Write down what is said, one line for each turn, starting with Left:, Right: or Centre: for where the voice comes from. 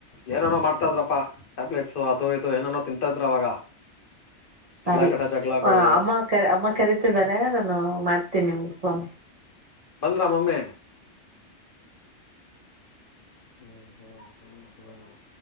Left: ಏನೇನೋ ಮಾಡ್ತಾ ಇದ್ರಪ್ಪಾ ಟ್ಯಾಬ್ಲೆಟ್ಸ್ ಅದು ಇದು ಏನೇನೋ ತಿಂತ ಇದ್ರ ಅವಾಗ.
Right: ಸರಿ
Left: ಎಲ್ಲಾ ಕಡೆ ಜಗಳಗಳು
Right: ಅಮ್ಮ ಕರಿ ಅಮ್ಮ ಕರೀತಿದ್ದಾರೆ ನಾನು ಮಾಡ್ ತಿನ್ನ ಮೂಫನ್ <inaudible>
Left: ಬಂದ್ರ ಮಮ್ಮೆ ಹ್ಮ್ ಹ್ಮ್ ಹ್ಮ್ ಹ್ಮ್ <inaudible>